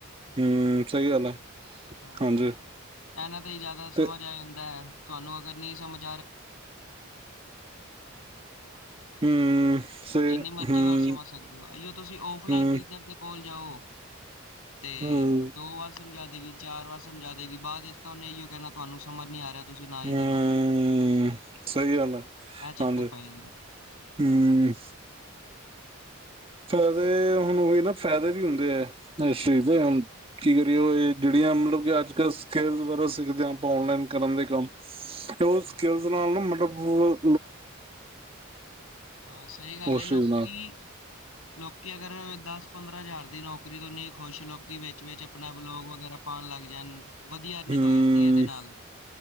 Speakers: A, on the right; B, on the left.
A: ਹਮ ਸਹੀ ਗੱਲ ਐ,
B: ਹਾਂ
A: ਹਾਂਜੀ।
B: ਇਹਨਾਂ ਦਾ ਹੀ ਜ਼ਿਆਦਾ ਸਮਝ
A: ਤੇ
B: ਆ ਜਾਂਦਾ ਏ। ਤੁਹਾਨੂੰ ਅਗਰ ਨਹੀਂ ਸਮਝ
A: ਹਮ ਸੇ
B: ਜਿੰਨੀ ਮਰਜੀ
A: ਹਮ
B: ਵਾਰ ਸਮਝ ਸਕਦੇ ਹੋ, ਆਈਓ ਤੁਸੀਂ ਓਫਲਾਈਨ
A: ਹਮ
B: ਟੀਚਰ ਦੇ ਕੋਲ ਜਾਓ ਤੇ
A: ਹਮ
B: ਦੋ ਵਸ ਸਮਝਾ ਦੇਗੀ ਚਾਰ ਵਾਰ ਸਮਝਾ ਦੇਗੀ ਬਾਅਦ ਵਿੱਚ ਤਾਂ ਉਹਨੇ ਇਹੀਓ ਕਹਿਣਾ ਤੁਹਾਨੂੰ ਸਮਝ ਨੀ ਆ ਰਿਹਾ। ਤੁਸੀਂ ਨਾ ਹੀ
A: ਹਮ
B: ਕਰੋ
A: ਸਹੀ ਗੱਲ ਆ,
B: ਇਹ ਚੱਕਰ
A: ਹਾਂਜੀ।
B: ਪੈ ਜਾਂਦਾ।
A: ਹਮਮ ਫਾਇਦੇ ਹੁਣ ਉਹੀ ਨਾ ਫਾਇਦੇ ਵੀ ਹੁੰਦੇ ਹੈ ਇਸ ਚੀਜ਼ ਦੇ ਹੁਣ ਕੀ ਕਰੀਏ ਇਹ ਜਿਹੜੀ ਮਤਲਬ ਕਿ ਅੱਜ ਕੱਲ ਸਕਿਲ ਵਗਰਾ ਸਿੱਖਦੇ ਹਾਂ ਆਪਾਂ ਓਨਲਾਈਨ ਕਰਨ ਦੇ ਕੰਮ ਓ
B: ਹਾਂਜੀ।
A: ਸਕਿਲ ਨਾਲ ਨਾ ਮਤਲਬ ਉਹ
B: ਹਾਂ, ਸਹੀ ਗੱਲ
A: ਉਸ
B: ਹੈ। ਲੋਕੀ
A: ਚੀਜ਼ ਨਾਲ
B: ਲੋਕੀ ਅਗਰ ਦਸ -ਪੰਦਰਾਂ ਹਜ਼ਾਰ ਦੀ ਨੌਕਰੀ ਤੋਂ ਨੀ ਖੁਸ਼ ਲੋਕ ਕਿ ਵਿੱਚ -ਵਿਚ ਆਪਣਾ ਬਲੋਗ ਵਗੈਰਾ ਪਾਉਣ ਲੱਗ ਜਾਣ ਵਧੀਆ ਅਰਨਿੰਗ
A: ਹਮ!
B: ਹੋ ਜਾਂਦੀ ਹੈ ਇਹਦੇ ਨਾਲ